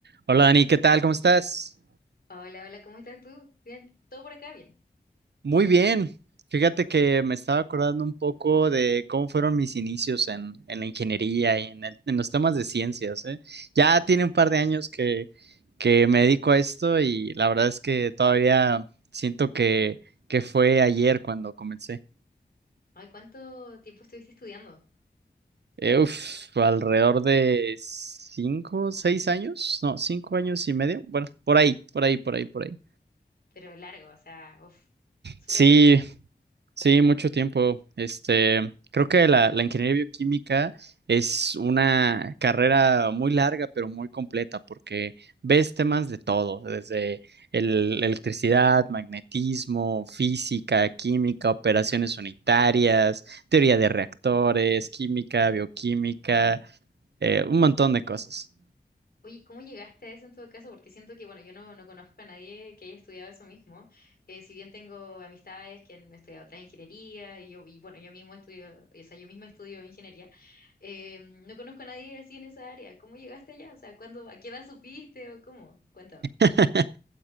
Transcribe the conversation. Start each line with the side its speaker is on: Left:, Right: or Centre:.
Right: Hola Dani, ¿qué tal? ¿Cómo estás?
Left: Hola, hola, ¿cómo estás tú? Bien, todo por acá bien.
Right: Muy bien. Fíjate que me estaba acordando un poco de cómo fueron mis inicios en, en la ingeniería y en, el- en los temas de ciencias, ¿eh? Ya tiene un par
Left: Ujú.
Right: de años que, que me dedico a esto y la verdad es que todavía siento que, que fue ayer cuando comencé.
Left: Ay, ¿cuánto tiempo estuviste estudiando?
Right: Eh, uf, alrededor de cinco, seis años, no, cinco
Left: Oh,
Right: años y medio. Bueno, por ahí, por ahí, por ahí, por ahí.
Left: pero largo, o sea, uf, su
Right: Sí,
Left: resto de tiempo.
Right: Sí, mucho tiempo. Este, creo que la, la ingeniería bioquímica es una carrera muy larga, pero muy completa, porque ves temas de todo, desde el- electricidad, magnetismo, física, química, operaciones unitarias, teoría de reactores, química, bioquímica, eh, un montón de cosas.
Left: Oye, ¿cómo llegaste a eso en todo caso? Porque siento que, bueno, yo no, no conozco a nadie que haya estudiado eso mismo. Eh, si bien tengo amistades que han estudiado otras ingeniería y yo, y bueno, yo mismo estudio, o sea, yo misma estudio ingeniería, eh, no conozco a nadie así en esa área. ¿Cómo llegaste allá? O sea, ¿cuándo, a qué edad supiste o cómo? Cuéntame.
Right: <laughs>